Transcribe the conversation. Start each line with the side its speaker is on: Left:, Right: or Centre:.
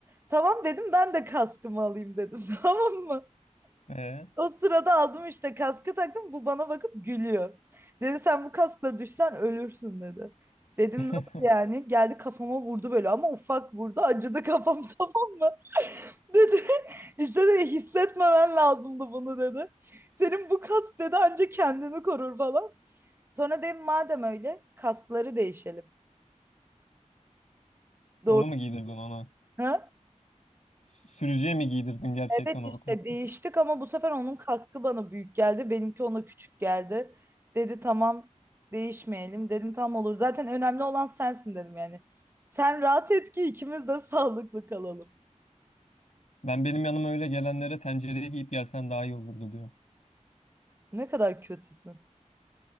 Right: Tamam dedim ben de kaskımı alayım dedim <laughs> tamam mı?
Left: Ee?
Right: O sırada aldım işte kaskı taktım bu bana bakıp gülüyor. Dedi sen bu kaskla düşsen ölürsün dedi. Dedim
Left: <laughs>
Right: nasıl yani? Geldi kafama vurdu böyle ama ufak vurdu acıdı kafam <laughs> tamam mı? Dedi <laughs> işte dedi hissetmemen lazımdı bunu dedi. Senin bu kask dedi ancak kendini korur falan. Sonra dedim madem öyle kaskları değişelim.
Left: Onu
Right: Doğru.
Left: mu giydirdin ona?
Right: Ha?
Left: S- Sürücüye mi giydirdin gerçekten
Right: Evet
Left: o
Right: işte
Left: kaskı?
Right: değiştik ama bu sefer onun kaskı bana büyük geldi. Benimki ona küçük geldi. Dedi tamam değişmeyelim. Dedim tam olur. Zaten önemli olan sensin dedim yani. Sen rahat et ki ikimiz de <laughs> sağlıklı kalalım.
Left: Ben benim yanıma öyle gelenlere tencereye giyip gelsen daha iyi olurdu diyor.
Right: Ne kadar kötüsün.